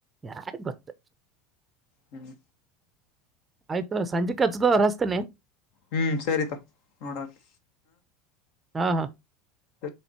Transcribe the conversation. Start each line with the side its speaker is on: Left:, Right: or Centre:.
Right: ಯಾರ ಗೊತ್ತ
Left: ಹ್ಮ್
Right: ಆಯ್ತು ಸಂಜೆ ಹಚ್ಚದ ಹೊರ ಹಸ್ತೇನೆ
Left: ಹ್ಮ್ ಸರಿತ ನೋಡನಾ
Right: ಹಾ ಹಾ
Left: ಹ